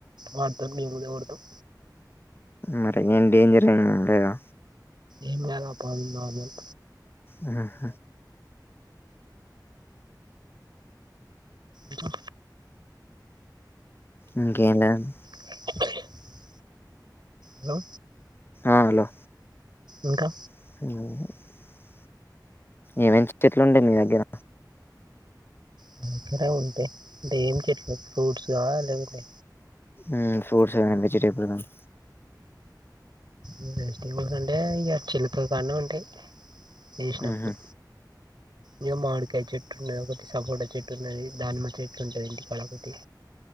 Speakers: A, on the right (about 80°); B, on the left (about 30°).
A: వాటితో మేము కూడా కొడతాం
B: మరీ ఏం డేంజర్ ఏం లేదా
A: ఏం కాదు ఆ పాలు నార్మల్
B: ఆ హ
A: ఇంకా
B: ఇంకేం లేదు
A: <inaudible> హలో
B: ఆ హలో
A: ఇంకా
B: <inaudible> ఏం ఏం చెట్లుండే మీ దగ్గర
A: మా దగ్గర ఉంటే అంటే ఏం చెట్లు ఫ్రూట్స్ ఆ లేకపోతే
B: ఉమ్ ఫ్రూట్స్ గాని వెజిటేబిల్స్ గానీ
A: ఈ వెజిటేబిల్స్ అంటే ఇగ చిలకల్ కాడ్నె ఉంటాయ్ ఏసినప్పుడు
B: ఉహు
A: ఇగ మామిడికాయ చెట్టు ఉన్నది ఒకటి సపోట చెట్టు ఉన్నది దానిమ చెట్టు ఉంటది ఇంటి కాదా ఒకటి